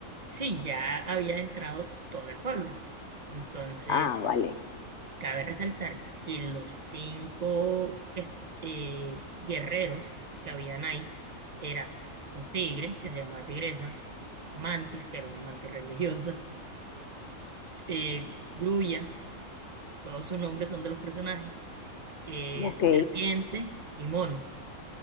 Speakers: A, on the right; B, on the left.
A: Sí, ya había entrado todo el pueblo. Entonces,
B: Ah, vale.
A: Cabe resaltar que los cinco que est- eh, guerreros que habían ahí era un tigre que se llamaba Tigresa, Mantis, que era una mantis religiosa, <laughs> eh, Grulla, todos sus nombres son de los personajes, eh,
B: Ok.
A: Serpiente y Mono.